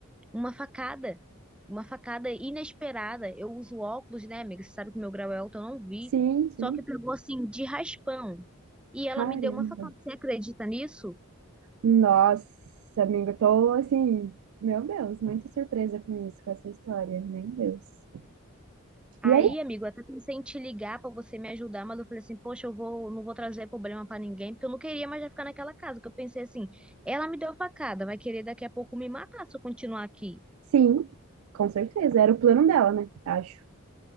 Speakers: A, in the centre; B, on the right.
A: uma facada, uma facada inesperada. Eu uso óculos, né, amiga? Você sabe que meu grau é alto, eu não vi.
B: sim, sim.
A: Só que pegou assim de raspão. E
B: Caramba.
A: ela me deu uma facada. Você acredita nisso?
B: Nossa, amiga, tô assim, meu Deus, muito surpresa com isso, com essa história. Meu Deus. E
A: Aí,
B: aí?
A: amigo, eu até pensei em te ligar pra você me ajudar, mas eu falei assim, poxa, eu vou, não vou trazer problema pra ninguém, porque eu não queria mais já ficar naquela casa, Porque eu pensei assim, ela me deu facada, vai querer daqui a pouco me matar se eu continuar aqui.
B: Sim, com certeza. Era o plano dela, né? Acho.